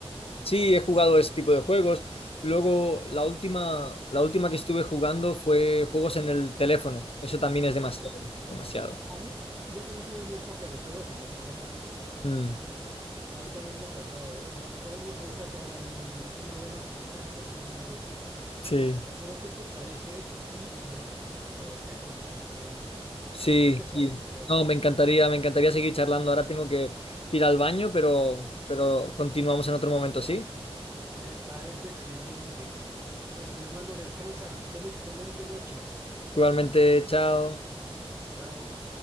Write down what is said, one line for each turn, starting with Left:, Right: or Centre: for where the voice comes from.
Left: sí he jugado ese tipo de juegos. Luego la última, la última que estuve jugando fue juegos en el teléfono. Eso también es demasiado,
Right: Ajá.
Left: demasiado.
Right: A mí, yo también tuve mi época de juegos en el teléfono.
Left: Mm,
Right: A mí también me tocó, ¿eh? Po- Podemos ahí sacar ahí una buena conversación de eso.
Left: sí,
Right: Pero ¿qué te parece si lo dejamos para otra conversación, mi hermano?
Left: sí,
Right: ¿Qué te pareció?
Left: sí. No, me encantaría, me encantaría seguir charlando. Ahora tengo que, que ir al baño, pero, pero continuamos en otro momento, ¿sí?
Right: Me parece excelente. Pues mi hermano, descansa. Ten excelente noche.
Left: Igualmente, chao.
Right: Chao.